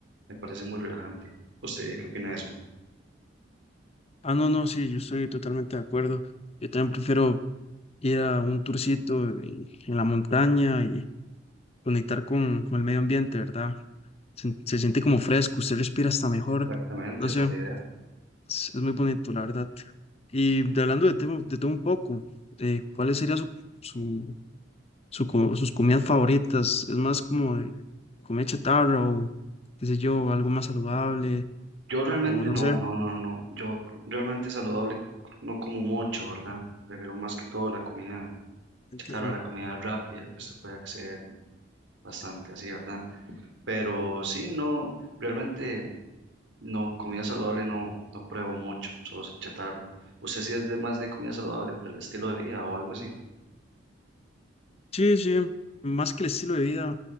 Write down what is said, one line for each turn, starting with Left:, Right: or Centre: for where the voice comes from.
Right: Me parece muy relajante. ¿Usted qué opina de eso?
Left: Ah, no, no, sí, yo estoy totalmente de acuerdo. Yo también prefiero ir a un tourcito y- en la montaña y conectar con, con el medio ambiente, ¿verdad? Se, se siente como fresco, usted respira hasta mejor.
Right: Exactamente,
Left: No
Right: esa
Left: sé,
Right: es la idea.
Left: es, es muy bonito, la verdad. Y de- hablando de todo, de todo un poco, eh, ¿cuáles serían su, su, su co- sus comidas favoritas? ¿Es más como de comida chatarra o, qué sé yo, algo más saludable?
Right: Yo realmente
Left: O no
Right: no,
Left: sé,
Right: no, no, no. Yo realmente saludable no como mucho, ¿verdad? Prefiero más que todo la comida
Left: entiendo.
Right: chatarra, la comida rápida, pues se puede hacer bastante así, ¿verdad? Pero sí, no, realmente no, comida saludable no, no pruebo mucho, solo se chatarra. ¿Usted sí es de más de comida saludable por el estilo de vida o algo así?
Left: Sí, sí, más que el estilo de vida,